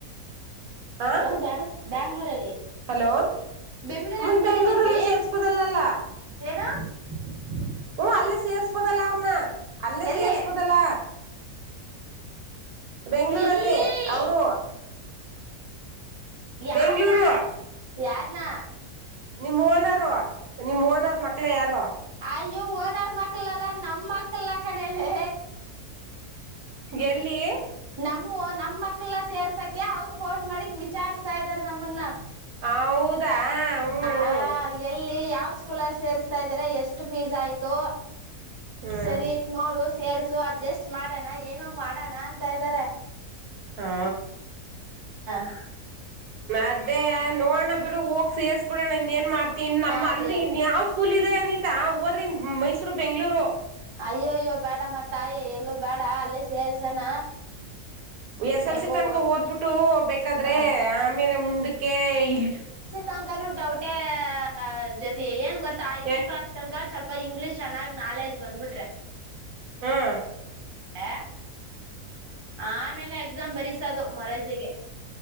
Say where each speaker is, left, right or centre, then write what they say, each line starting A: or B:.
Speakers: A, on the right; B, on the right.
A: ಹಾ.
B: ಅವರು ಬ್ಯಾಂಗ್ ಬ್ಯಾಂಗ್ಳೂರಲ್ಲಿ.
A: ಹಲೋ
B: ಬೆಂಗಳೂರಲ್ಲಿದ್ದಾರೆ
A: ಮತ್ ಬೆಂಗ್ಳೂರಲ್ಲಿ
B: ಜಸ್ಸೀ
A: ಸೇರ್ಸ್ಬೋದಲ್ಲಲ್ಲ
B: ಏನು. <inaudible>
A: ಹ್ಮ ಅಲ್ಲೇ ಸೇರ್ಸ್ಬೋದಲ್ಲ ಅವ್ರನ್ನ ಅಲ್ಲೇ
B: ಎಲ್ಲಿ
A: ಸೇರ್ಸ್ಬೋದಲ್ಲ. ಬೆಂಗಗಳೂರಲ್ಲಿ
B: ಎಲ್ಲಿ
A: ಅವರು.
B: ಯಾರನಾ
A: ಬೆಂಗ್ಳೂರು
B: ಯಾರನಾ.
A: ನಿಮ್ಮ್ ಓನರ್ರು ನಿಮ್ಮ ಓನರ್ ಮಕ್ಳ ಯಾರೋ.
B: ಅಯ್ಯೋ ಓನರ್ ಮಕ್ಳಲ್ಲ ನಮ್ಮ ಮಕ್ಳಲ್ಲ ಕಣೆಲೆ.
A: ಎಲ್ಲಿ.
B: ನಮ್ಮ ಓ ನಮ್ಮ ಮಕ್ಳ ಸೇರ್ಸಕೆ ಅವರು ಫೋನ್ ಮಾಡಿಕ್ ವಿಚಾರಸ್ತಾ ಇದಾರೆ ನಮ್ಮನ್ನ.
A: ಹೌದಾ ಹ್ಮ್
B: ಹ ಎಲ್ಲಿ ಯಾವ ಸ್ಕೂಲಲ್ ಸೇರ್ಸ್ <unintelligible> ತಾ ಇದಾರೆ ಎಷ್ಟು ಫೀಸ್ ಆಯ್ತು.
A: ಹ್ಮ್
B: ಸರಿ ನೋಡು ಸೇರ್ಸು ಅಡ್ಜಸ್ಟ್ ಮಾಡಣ ಏನೋ ಮಾಡಣ ಅಂತ ಇದ್ದಾರೆ.
A: ಹಾ
B: ಹ
A: ಅದ್ದೇ ನೋಡಣ ಬಿಡು ಹೋಗ ಸೇರ್ಸ್ ಬಿಡಣ ಇನ್ ಏನ್ ಮಾಡತಿ ಇನ್ ನಮ್ಮ
B: ಅದೇ
A: ಅಲ್ಲಿ ಇನ್ ಯಾವ ಸ್ಕೂಲ್ ಇದೆ ಅನಿತಾ ಹೋದ್ರೆ ಇನ್ ಮೈಸೂರು ಬೆಂಗ್ಗಳೂರು
B: ಅಯ್ಯೋಯ್ಯೋ ಬೇಡ ಮಾ ತಾಯೇ ಎಲ್ಲೂ ಬೇಡ ಅಲ್ಲೇ ಸೇರ್ಸಣ
A: ಹ <unintelligible> ಎಸ್ ಎಸ್
B: ಹೆಂಗೋ
A: ಎಲ್ ಸಿ ತನಕ
B: ಓದ್ಕ
A: ಓದ್ಬಿಟ್ಟು ಬೇಕಾದ್ರೆ
B: ಹ
A: ಆಮೇಲೆ ಮುಂದಕ್ಕೆ ಇಲ್
B: ತನಕನುು ಡೌಟೆ ಜ್ಯೋತಿ ಜೊತೆ ಏನ್ ಗೊತ್ತ ಐದನೇ
A: ಯಾಕ್
B: ಕ್ಲಾಸ್ ತನಕ ಸ್ವಲ್ಪ ಸ್ವಲ್ಪ ಇಂಗ್ಲಿಷ್ ಚನ್ನಾಗಿ ನಾಲಜ್ ಬಂದ್ಬಟ್ಟು
A: ಹಹ್ಮ್
B: <unintelligible> ಆಮೇಲೆ ಎಕ್ಸಾಮ್ ಬರಿಸೋದು ಮೂರಾರ್ಜಿ ಗೆ